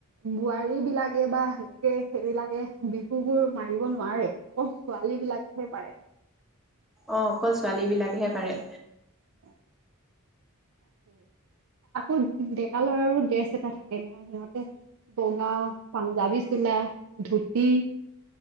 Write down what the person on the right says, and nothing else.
বোৱাৰী বিলাকে বা সেনেকে সেইবিলাকে বিহু বোৰ মাৰিব নোৱাৰে। অকল ছোৱালী বিলাকেহে পাৰে।
অহ তাকেই আকৌ ডেকা লৰাৰো ড্ৰেছ এটা থাকে। সিহঁতে বগা পাঞ্জাবী, চোলা ধুতি,